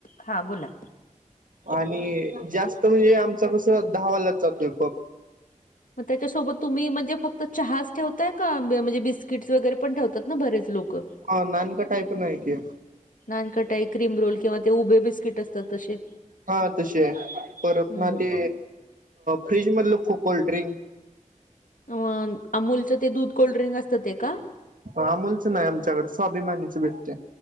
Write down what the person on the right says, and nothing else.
आणि जास्त म्हणजे आमच कसं दहावालाच जातोय कप
हा नानकट आहे पण आहे की
हा तसे आहे परत
ना
ते फ्रीजमधलं ख कोल्ड्रिंक.
अमोलचं नाही आमच्याकडे स्वाभिमानीचे भेटते.